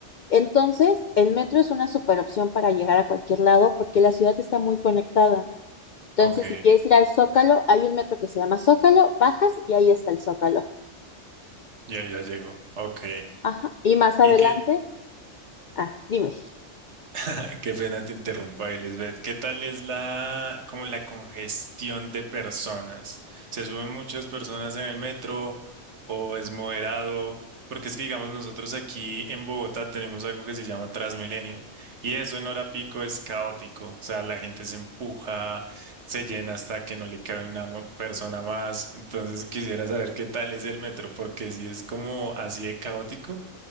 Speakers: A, on the left; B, on the right.
A: Entonces, el metro es una super opción para llegar a cualquier lado porque la ciudad está muy conectada. Entonces,
B: Ok,
A: si quieres ir al Zócalo, hay un metro que se llama Zócalo, bajas y ahí está el Zócalo.
B: ya, ya llego. Ok.
A: Ajá. Y más adelante,
B: ¿Y qué,
A: ah, dime.
B: <laughs> Qué pena te interrumpa, Elizabeth. ¿Qué tal es la, como la congestión de personas? ¿Se suben muchas personas en el metro o es moderado? Porque es que, digamos, nosotros aquí en Bogotá tenemos algo que se llama Transmilenio y eso en hora pico es caótico. O sea, la gente se empuja, se llena hasta que no le cabe una mo- persona más. Entonces quisiera saber qué tal es el metro, porque si es como así de caótico,